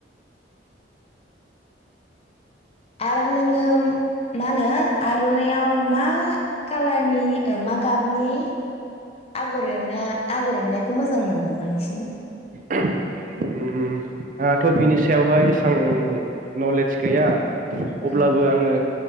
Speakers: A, on the left; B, on the right.
A: <inaudible> आरो नोङो मा होनो आर'नाइाव मा कालारनि मा गाबनि आगर एरना आगर एरनायखौ मोजां मोनो बांल बांसिन
B: उम आंहाथ' बिनि सायावहाय एसबां नलेज गैया। अब्लाबो
A: ओं
B: आङो